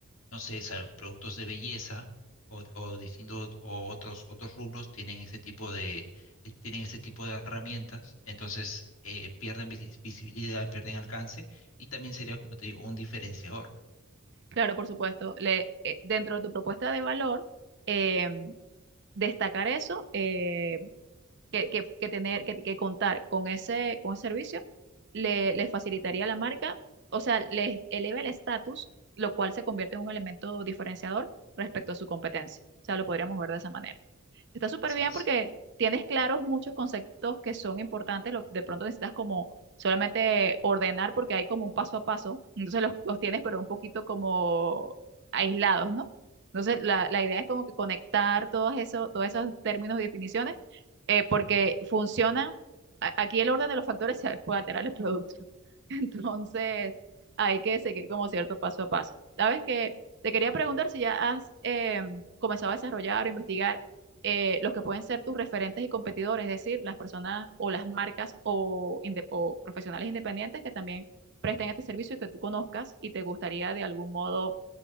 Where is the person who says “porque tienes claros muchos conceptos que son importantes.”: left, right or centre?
Right